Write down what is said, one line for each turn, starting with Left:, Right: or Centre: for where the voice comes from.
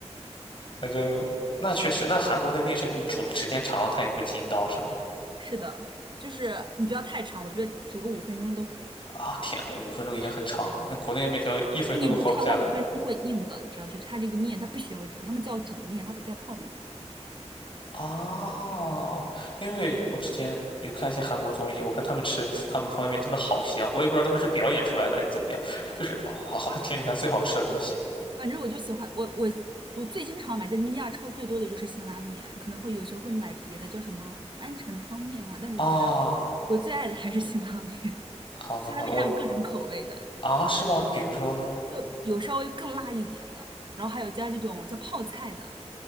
Left: 反正那确实，那韩国那个面是，你煮时间长了，它也会筋道是吗？
Right: 是的，就是你不要太长，我觉得煮个五分钟都可以。
Left: 啊、天呐，五分钟已经很长了，那国内的面条一分钟都活不下来。
Right: 就你不超过五分钟会硬的，你知道，就是它这个面它必须要煮，他们叫煮面，它不叫泡面。
Left: 哦，因为我之前有看一些韩国综艺，我看他们吃他们的方便面真的好香，我也不知道他们是表演出来的还是怎么样，就是哇，好好像天底下最好吃的东西。
Right: 反正我就喜欢我我我最经常买在那边亚超最多的就是辛拉面，可能会有时候会买别的叫什么安城汤面啊，但是我觉得
Left: 啊！
Right: 我最爱的还是辛拉面，<laughs>
Left: 好的好的，
Right: 辛拉面还有各种口味的。
Left: 我啊是吗？比如说呢？
Right: 就有稍微更辣一点的，然后还有加这种叫泡菜的，